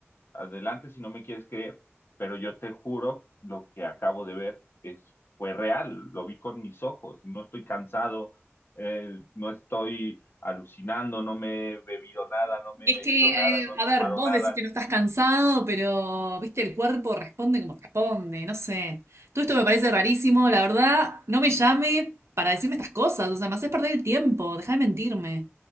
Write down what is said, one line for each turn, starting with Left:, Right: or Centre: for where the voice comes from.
Left: adelante si no me quieres creer, pero yo te juro, lo que acabo de ver es, fue real, lo vi con mis ojos, no estoy cansado, eh, no estoy alucinando, no me he bebido nada, no me
Right: Es
Left: he metido
Right: que,
Left: nada,
Right: eh,
Left: no he
Right: a
Left: fumado
Right: ver, vos
Left: nada.
Right: decís que no estás cansado, pero, viste, el cuerpo responde como responde, no sé. Todo esto me parece rarísimo, la verdad, no me llame para decirme estas cosas, o sea, me haces perder el tiempo, dejá de mentirme.